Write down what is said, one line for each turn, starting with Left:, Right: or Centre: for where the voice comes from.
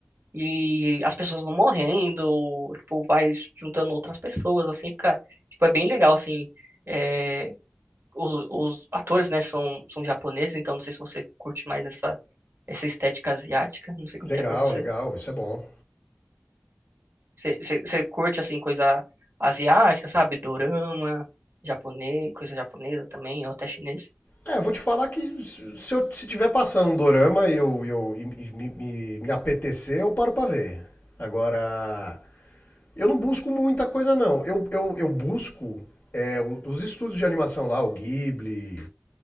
Right: e as pessoas vão morrendo, tipo, vai juntando outras pessoas, assim, fica, tipo, é bem legal, assim, é, os, os atores, né, são, são japoneses, então não sei se você curte mais essa, essa estética asiática, não sei como
Left: Legal,
Right: que é pra você.
Left: legal. Isso é bom.
Right: Você, você, você curte, assim, coisa asiática, sabe? Dorama, japonês, coisa japonesa também, ou até chinês.
Left: É, eu vou te falar que se eu se tiver passando um dorama e eu, e eu e me, me, me apetecer, eu paro pra ver. Agora, eu não busco muita coisa, não. Eu, eu, eu busco é, o- os estudos de animação lá, o Ghibli,